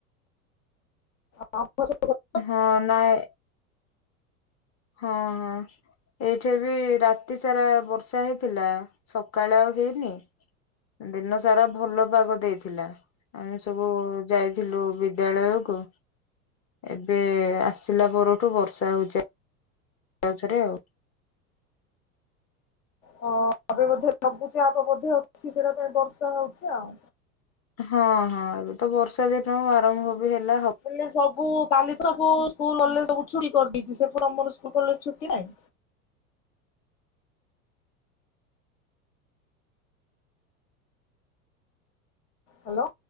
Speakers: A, on the left; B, on the left.
A: ହଁ ଆର <unintelligible>
B: ହଁ ନାଇଁ। ହଁ ହଁ। ଏଇଠି ବି ରାତି ସାରା ବର୍ଷା ହେଇଥିଲା ସକାଳେ ଆଉ ହେଇନି ଦିନ ସାରା ଭଲ ପାଗ ଦେଇଥିଲା ଆମେ ସବୁ ଯାଇ ଥିଲୁ ବିଦ୍ୟାଳୟ କୁ ଏବେ ଆସିଲା ପରଠୁ ବର୍ଷା ହଉଛି। ତାପରେ ଆଉ
A: ହଁ ଆପ ବଧେ ଲଗୁଛି ଆପ ବୋଧେ ଅଛି ସେଇଟା ପାଇଁ ବର୍ଷା ହଉଛି ଆଉ
B: ହଁ ହଁ ଏବେ ତ ବର୍ଷା ଦିନ ଆରମ୍ଭ ବି ହେଲା ହ
A: ହେଲେ ସବୁ କାଲି ସବୁ ସ୍କୁଲ କଲେଜ ସବୁ ଛୁଟି କରିଦେଇଛି। ସେପଟେ ତମର ସ୍କୁଲ କଣ ଛୁଟି ନାହିଁ? ହ୍ୟାଲୋ।